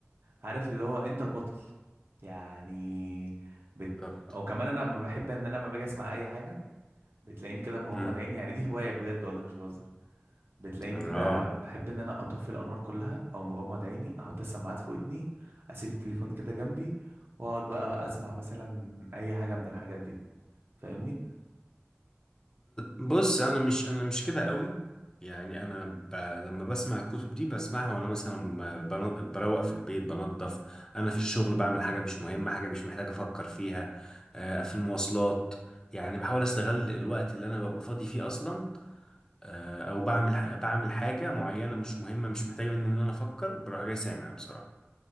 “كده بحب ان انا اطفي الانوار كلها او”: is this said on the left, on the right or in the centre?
Right